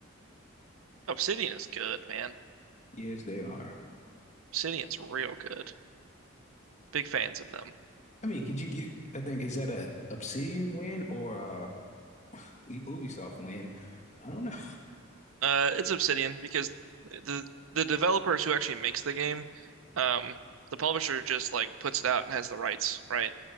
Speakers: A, on the right; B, on the left.
A: Obsidian is good, man.
B: Yes, they are.
A: Obsidian's real good. Big fans of them.
B: I mean, could you get I think is that a Obsidian win or a Ubisoft win? I don't know.
A: Uh, it's Obsidian because the the developers who actually makes the game, um, the publisher just like puts it out and has the rights, right?